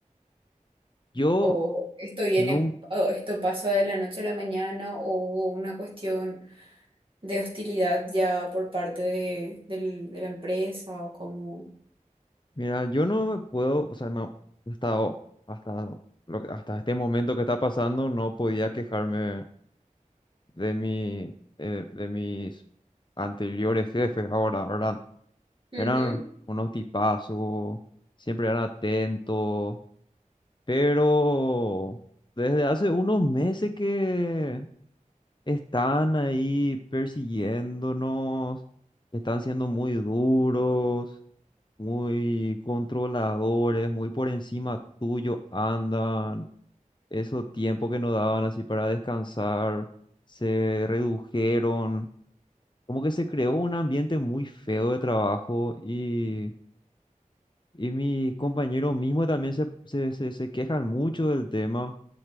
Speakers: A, on the left; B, on the right.
A: Yo...
B: ¿O esto viene,
A: nunca
B: o esto pasa de la noche a la mañana? ¿O hubo una cuestión de hostilidad ya por parte de, del- de la empresa? ¿O cómo?
A: Mira, yo no me puedo, o sea, no, hasta, o- hasta, lo hasta este momento que está pasando, no podía quejarme de mi, de, de mis anteriores jefes ahora, ¿verdad?
B: Ujú.
A: Eran unos tipazos, siempre eran atentos, pero desde hace unos meses que están ahí persiguiéndonos, están siendo muy duros. muy controladores, muy por encima tuyo andan. Esos tiempos que nos daban así para descansar se redujeron. Como que se creó un ambiente muy feo de trabajo y, y mis compañeros mismos también se, se, se, se quejan mucho del tema.